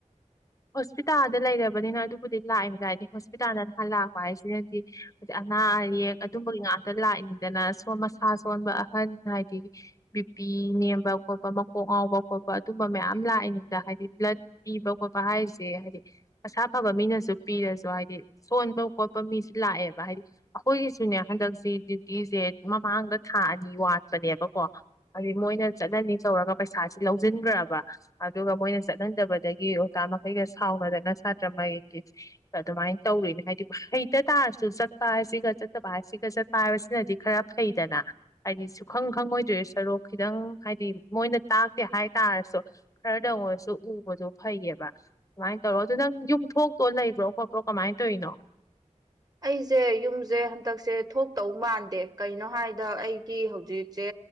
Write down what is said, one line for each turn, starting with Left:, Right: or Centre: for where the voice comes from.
Left: ꯍꯣꯁꯄꯤꯇꯥꯜꯗ ꯂꯩꯔꯕꯅꯤꯅ ꯑꯗꯨꯕꯨꯗꯤ ꯂꯥꯛꯏꯅꯤꯗ ꯍꯥꯏꯗꯤ ꯍꯣꯁꯄꯤꯇꯥꯜꯗ ꯅꯍꯥꯟ ꯂꯥꯛꯄ ꯍꯥꯏꯁꯤꯅꯗꯤ ꯍꯥꯏꯗꯤ ꯑꯅꯥ ꯑꯌꯦꯛ ꯑꯗꯨꯝꯕꯒꯤ ꯉꯥꯛꯇ ꯂꯥꯛꯏꯅꯤꯗꯅ ꯃꯁꯥ ꯁꯣꯟꯕ ꯑꯍꯟ ꯍꯥꯏꯗꯤ ꯕꯤꯄꯤ ꯅꯦꯝꯕ ꯈꯣꯠꯄ ꯃꯀꯣꯛ ꯉꯥꯎꯕ ꯈꯣꯠꯄ ꯑꯗꯨꯝꯕ ꯃꯌꯥꯝ ꯂꯥꯛꯏꯅꯤꯗꯅ ꯍꯥꯏꯗꯤ ꯕ꯭ꯂꯠ ꯄꯤꯕ ꯈꯣꯠꯄ ꯍꯥꯏꯁꯦ ꯍꯥꯏꯗꯤ ꯃꯁꯥ ꯐꯕ ꯃꯤꯅꯁꯨ ꯄꯤꯔꯁꯨ ꯍꯥꯏꯗꯤ ꯁꯣꯟꯕ ꯈꯣꯠꯄ ꯃꯤꯁꯨ ꯂꯥꯛꯑꯦꯕ ꯍꯥꯏꯗꯤ ꯑꯩꯈꯣꯏꯒꯤꯁꯨꯅꯦ ꯍꯟꯗꯛꯁꯤ ꯗ꯭ꯌꯨꯇꯤꯁꯦ ꯃꯃꯥꯡꯗ ꯊꯥ ꯑꯅꯤ ꯋꯥꯠꯄꯅꯦꯕꯀꯣ ꯍꯥꯏꯗꯤ ꯃꯣꯏꯅ ꯆꯠꯅꯅꯤ ꯇꯧꯔꯒ ꯄꯩꯁꯥꯁꯤ ꯂꯧꯁꯤꯟꯈ꯭ꯔꯕ ꯑꯗꯨꯒ ꯃꯣꯏꯅ ꯆꯠꯍꯟꯗꯕꯗꯒꯤ ꯆꯀ ꯃꯈꯩꯒ ꯁꯥꯎꯅꯗꯅ ꯁꯥꯇ꯭ꯔꯉꯩꯒꯤ ꯑꯗꯨꯃꯥꯏꯅ ꯇꯧꯔꯣꯏꯅꯦ ꯍꯥꯏꯗꯤ ꯍꯩꯇ ꯇꯥꯔꯁꯨ ꯆꯠꯄ ꯍꯥꯏꯁꯤꯒ ꯆꯠꯇꯕ ꯍꯥꯏꯁꯤꯒ ꯆꯠꯄ ꯍꯥꯏꯕꯁꯤꯅꯗꯤ ꯈꯔ ꯐꯩꯗꯅ ꯍꯥꯏꯗꯤ ꯁꯨꯈꯪ ꯈꯪꯉꯣꯏꯗꯣꯏ ꯁꯔꯨꯛ ꯈꯤꯇꯪ ꯍꯥꯏꯗꯤ ꯃꯣꯏꯅ ꯇꯥꯛꯇꯦ ꯍꯥꯏꯇꯥꯥꯔꯁꯨ ꯈꯔꯗ ꯑꯣꯏꯔꯁꯨ ꯎꯕꯗꯣ ꯐꯩꯌꯦꯕ ꯀꯃꯥꯏꯅ ꯇꯧꯔꯣ ꯑꯗꯨ ꯅꯪ ꯌꯨꯝꯊꯣꯛꯇꯣ ꯂꯩꯕ꯭ꯔꯣ ꯈꯣꯠꯄ꯭ꯔꯣ ꯀꯃꯥꯏꯅ ꯇꯧꯔꯤꯅꯣ
Right: ꯑꯩꯁꯦ ꯌꯨꯝꯁꯦ ꯍꯟꯗꯛꯁꯦ ꯊꯣꯛꯇꯧ ꯃꯥꯟꯗꯦ ꯀꯩꯅꯣ ꯍꯥꯏꯗ ꯑꯩꯒꯤ ꯍꯧꯖꯤꯛꯁꯦ